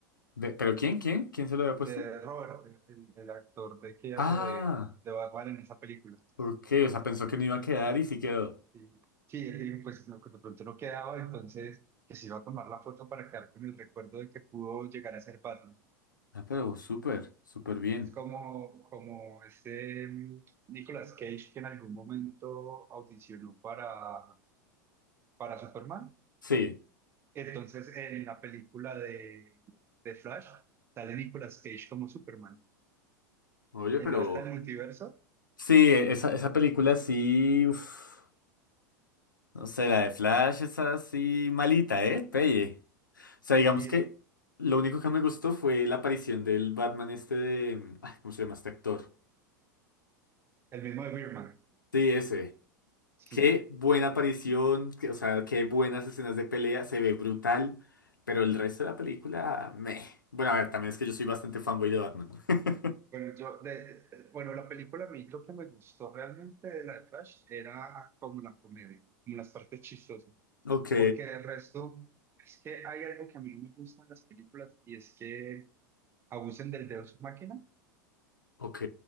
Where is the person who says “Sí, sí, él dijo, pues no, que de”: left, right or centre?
Right